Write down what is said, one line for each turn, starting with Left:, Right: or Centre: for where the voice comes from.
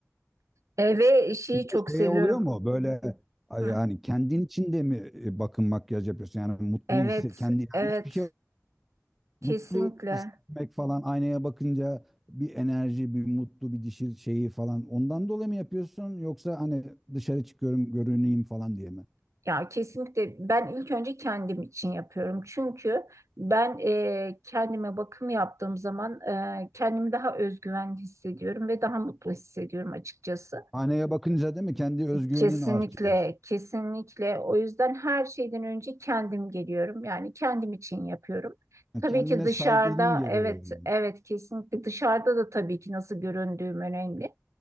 Right: E, ve şeyi
Centre: Bir de
Right: çok seviyorum.
Centre: şey oluyor mu böyle ay,
Right: Hı.
Centre: yani kendin için de mi e, bakım makyaj yapıyorsun? Yani mutlu
Right: Evet,
Centre: hisse kendi yani
Right: evet,
Centre: hiçbir şey
Right: kesinlikle.
Centre: mutlu hissetmek falan aynaya bakınca bir enerji, bir mutlu bir dişil şeyi falan ondan dolayı mı yapıyorsun yoksa hani dışarı çıkıyorum görüneyim falan diye mi?
Right: Ya kesinlikle ben ilk önce kendim için yapıyorum. Çünkü ben e, kendime bakım yaptığım zaman e, kendimi daha özgüven hissediyorum ve daha mutlu hissediyorum açıkçası.
Centre: Aynaya bakınca değil mi kendi özgüvenin
Right: Kesinlikle,
Centre: artıyor.
Right: kesinlikle. O yüzden her şeyden önce kendim geliyorum. Yani kendim için yapıyorum.
Centre: Yani
Right: Tabii
Centre: kendine
Right: ki dışarıda,
Centre: saygının gereği
Right: evet,
Centre: yani.
Right: evet kesinlikle dışarıda da tabii ki nasıl göründüğüm önemli.